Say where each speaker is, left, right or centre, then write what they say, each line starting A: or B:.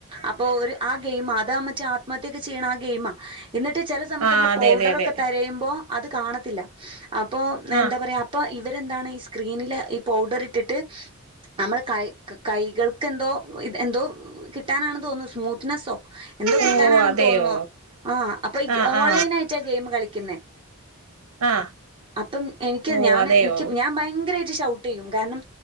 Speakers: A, on the right; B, on the right.
A: അപ്പോ ഒരു ആ ഗെയിം അതാ മറ്റേ അ മറ്റേക്കെ ചെയ്യ്ണ ആ ഗെയിമ എന്നിട്ട് ചില സമയത്ത്
B: ആ
A: നമ്മൾ
B: അതെ
A: പൗഡറൊക്കെ
B: അതെ അതെ
A: തെരയുമ്പോ അത് കാണത്തില്ല അപ്പൊ
B: ആ
A: എന്താ പറയാ അപ്പൊ ഇവരെന്താണ് ഈ സ്ക്രീനില് ഈ പൗഡറ് ഇട്ടിട്ട് നമ്മൾ കൈ കൈകൾക്ക് എന്തോ എന്തോ കിട്ടാനാണ് തോന്നുന്നു സ്മൂത്ത്‌നെസ്സോ എന്തോ കിട്ടാനാണ്
B: ഓ അതെയോ
A: തോന്നുന്നു ആ
B: ആ
A: ഓൺലൈൻ
B: ആ
A: ആയിട്ടാ ഗെയിം കളിക്കിന്നെ
B: ആ
A: അപ്പം എനിക്ക്
B: ഓ
A: ഞാൻ
B: അതെയോ
A: എനിക്ക് ഞാൻ ഭയങ്കരാ ഷൗട്ടെയ്യും കാരണം